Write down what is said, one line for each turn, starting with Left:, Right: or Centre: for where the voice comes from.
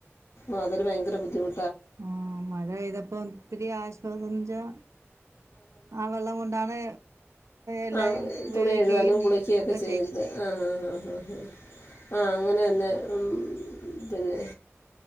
Left: ആഹ് അതൊരു ഭയങ്കര ബുദ്ധിമു
Right: ആഹ് മഴെയ്തപ്പം ഇത്തിരി ആശ്വാസം എന്താച്ചാ ആ വെള്ളം കൊണ്ടാണ് എല്ലാരും
Left: ആ
Right: ഉപയോഗിക്കുകയും
Left: തുണി കഴുവാനും കുളിക്കയൊക്കെ
Right: ഒക്കെ
Left: ചെയ്യുന്നത് ആഹ് ആഹ് ആഹ് ആഹ് ഹാ ആഹ് അങ്ങനെന്നെ ഉം പിന്നെ